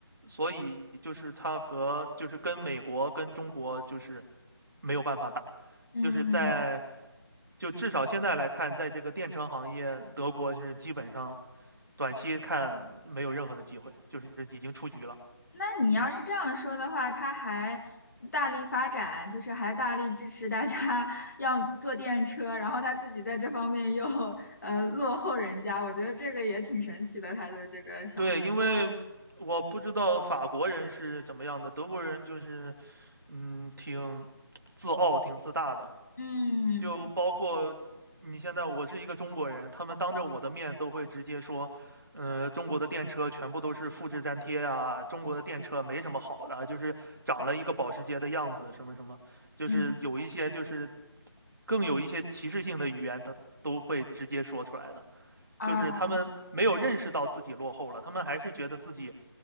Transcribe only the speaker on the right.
所以就是他和就是跟美国跟中国就是没有办法打，
就是在就至少现在来看，在这个电车行业，德国是基本上短期看没有任何的机会，就是已经出局了。
对，因为我不知道法国人是怎么样的，德国人就是嗯挺自傲、挺自大的，
就包括你现在，我是一个中国人，他们当着我的面都会直接说，呃，中国的电车全部都是复制粘贴啊，中国的电车没什么好的啊，就是长了一个保时捷的样子，什么什么，就是有一些就是
更有一些歧视性的语言，他都会直接说出来的。
就是他们没有认识到自己落后了，他们还是觉得自己